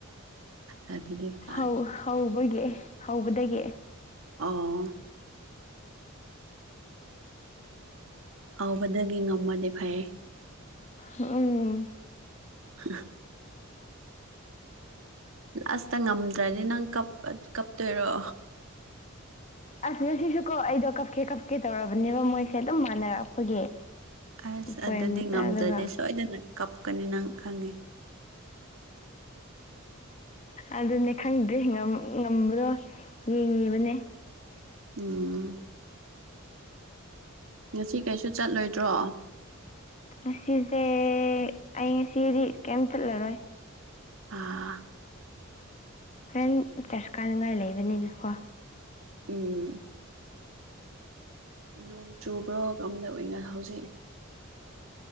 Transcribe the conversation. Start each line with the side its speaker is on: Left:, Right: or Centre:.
Right: ꯑꯗꯨꯗꯤ ꯐꯔꯦ
Left: ꯑꯣꯏꯒꯤ ꯍꯧꯕꯗꯒꯤ
Right: ꯑꯥ ꯍꯧꯕꯗꯒꯤ ꯉꯝꯃꯗꯤ ꯐꯩ
Left: ꯎꯝ
Right: <inaudible> ꯂꯥꯁꯇ ꯉꯝꯗ꯭ꯔꯗꯤ ꯅꯪ ꯀꯞꯇꯣꯏꯔꯣ
Left: ꯑꯁ ꯉꯁꯤꯁꯨꯀꯣ ꯑꯩꯗꯣ ꯀꯞꯀꯦ ꯀꯞꯀꯦ ꯇꯧꯔꯕꯅꯦꯕ ꯃꯣꯏꯁꯦ ꯑꯗꯨꯝ ꯃꯥꯟꯅꯔꯛꯄꯒꯤ
Right: ꯑꯁ
Left: ꯄꯣꯏꯟ
Right: ꯑꯗꯨꯗꯤ ꯉꯝꯗ꯭ꯔꯗꯤꯦ
Left: ꯑꯗꯨꯒ
Right: ꯁꯣꯏꯗꯅ ꯀꯞꯀꯅꯤ ꯅꯪ ꯈꯪꯉꯦ
Left: ꯑꯗꯨꯅꯦ ꯈꯪꯗꯦꯝ ꯉꯝꯕꯗꯣ ꯌꯦꯡꯉꯤꯕꯅꯦ
Right: ꯑꯣꯝ ꯉꯁꯤ ꯀꯩꯁꯨ ꯆꯠꯂꯣꯏꯗ꯭ꯔꯣ
Left: ꯉꯁꯤꯁꯦ ꯑꯩ ꯉꯁꯤꯗꯤ ꯀꯩꯝ ꯆꯠꯂꯔꯣꯏ
Right: ꯑꯥ
Left: ꯍꯣꯔꯦꯟ ꯇꯔꯁ ꯀꯥꯅꯉꯥꯏ ꯂꯩꯕꯅꯤꯅꯀꯣ
Right: ꯎꯝ ꯅꯣꯡ ꯆꯨꯕ꯭ꯔꯣ ꯉꯝꯂꯏꯅ ꯍꯧꯖꯤꯛ